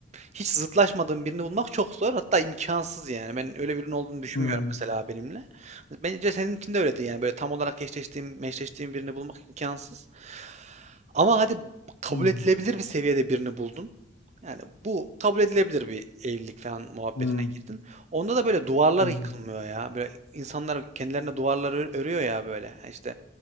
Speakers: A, on the right (about 35°); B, on the left (about 80°).
A: hiç zıtlaşmadığım birini bulmak çok zor. Hatta imkansız yani. Ben öyle birinin olduğunu düşünmüyorum
B: Hmm,
A: mesela benimle. Bence senin için de öyledir yani. Böyle tam olarak eşleştiğim, meşleştiğim birini bulmak imkansız. Ama hadi kabul
B: hmm,
A: edilebilir bir seviyede birini buldun. Yani bu kabul edilebilir bir evlilik falan muhabbetine
B: hmm,
A: girdin. Onda da böyle duvarlar
B: hmm.
A: yıkılmıyor ya. Böyle insanlar kendilerine duvarlar ör- örüyor ya böyle. Yani İşte